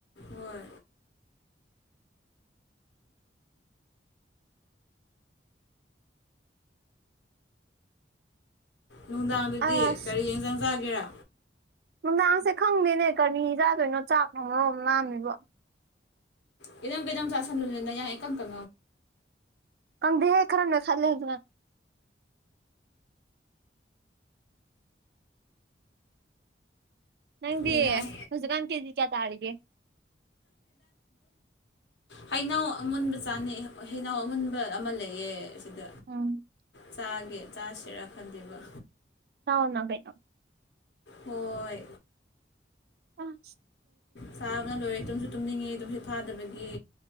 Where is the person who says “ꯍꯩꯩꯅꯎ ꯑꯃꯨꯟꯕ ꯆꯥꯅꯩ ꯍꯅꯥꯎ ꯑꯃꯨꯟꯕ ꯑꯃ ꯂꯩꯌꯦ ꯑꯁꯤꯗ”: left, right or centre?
Left